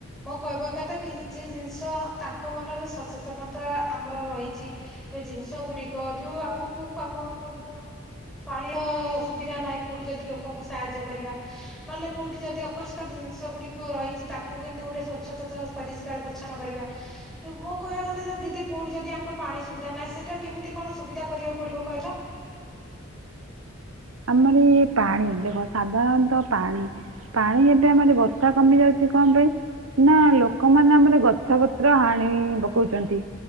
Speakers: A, in the centre; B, on the right.
A: ମୋ କଇବା କଥା କିଛି ଜିନିଷ ତାଙ୍କ ମନରେ ସଚେତନତା ଆମର ରହିଚି। ଯୋଉ ଜିନିଷ ଗୁଡିକ ଯୋଉ ଆମକୁ କାମ <unintelligible> ପାଣିର ସୁବିଧା ନାହିଁ କୋଉଠି ଯଦି ଲୋକଙ୍କୁ ସାହାଯ୍ୟ କରିବା। ନହେଲେ କୋଉଠି ଯଦି ଅପରିଷ୍କାର ଜିନିଷ ଗୁଡିକ ରହିଚି ତାକୁ କିନ୍ତୁ ଗୋଟେ ସ୍ଵଚ୍ଛତତା ପରିଷ୍କ କାର ପରିଚ୍ଛନ୍ନ କରିବା ମୋ କହିବା କଥା ଯୋଉ ଦିଦି କୋଉଠି ଯଦି ଆମର ପାଣି ସୁବିଧା ନାହିଁ ସେଇଟା କେମିତି କଣ ସୁବିଧା କରିବାକୁ ପଡିବ କହିଲ?
B: ଆମର ଇଏ ପାଣି ଦେଖ ସାଧାରଣତଃ ପାଣି ପାଣି ଏବେ ଆମର ବର୍ଷା କମି ଯାଉଛି କଣ ପାଇଁ? ନା ଲୋକମାନେ ଆମର ଗଛ ପତ୍ର ହାଣି ପକଉଚନ୍ତି।